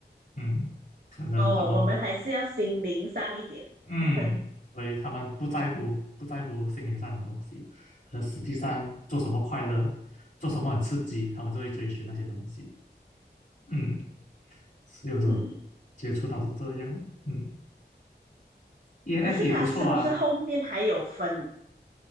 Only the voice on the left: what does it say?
嗯，可能他们
嗯，
所以他们不在乎不在乎心灵上的东西，可能实际上做什么快乐，做什么很刺激，他们就会追寻那些东西。嗯，是有时候
接触到是这样的。嗯，ENF
也不错啊，